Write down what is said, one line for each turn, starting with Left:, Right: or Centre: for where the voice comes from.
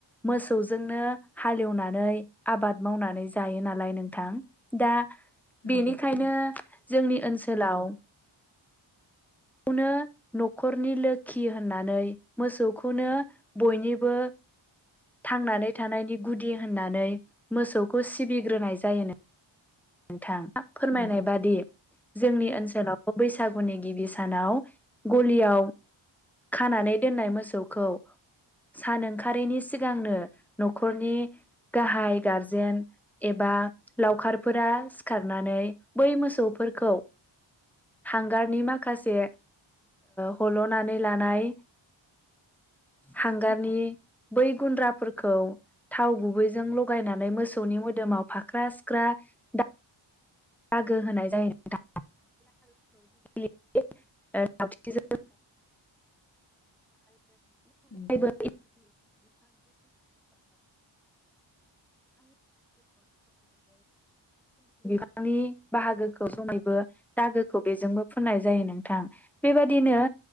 Centre: मोसौजोंनो हालेवनानै आबाद मावनानै जायो नालाय नोंथां दा
Left: नंगौ
Centre: बेनिखायनो जोंनि ओनसोलाव खौनो न'खरनि लोखि होननानै मोसौखौनो बयनिबो थांनानै थानायनि गुदि होननानै मोसौखौ सिबिग्रोनाय जायोनो नोंथां आ फोरमायनाय
Left: नंगौ
Centre: बादि जोंनि ओनसोलाव बैसागुनि गिबि सानाव गलियाव खानानै दोननाय मोसौखौ सान ओंखारैनि सिगांनो न'खरनि गाहाय गारजेन एबा लावखार फोरा सिखारनानै बै मोसौफोरखौ हांगारनि माखासे हल'नानै लानाय हांगारनि
Left: खोथा
Centre: बै गुन्द्राफोरखौ थाव गुबैजों लगायनानै मोसौनि मोदोमाव फाख्रा सिख्रा दा दागो होनाय जायो नोंथां <unintelligible> बिनि
Left: नंगौ
Centre: अगायैबो <unintelligible> <unintelligible> नि बाहागोखौ समैबो दागोखौ बेजोंबो फुननाय जायो नोंथां बेबायदिनो